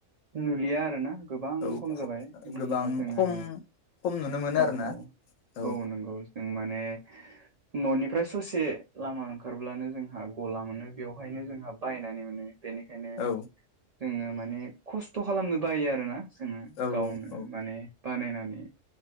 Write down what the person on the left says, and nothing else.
औ
गोबां
खम खम नुनो मोनो
आरोना
औ।
औ
औ
औ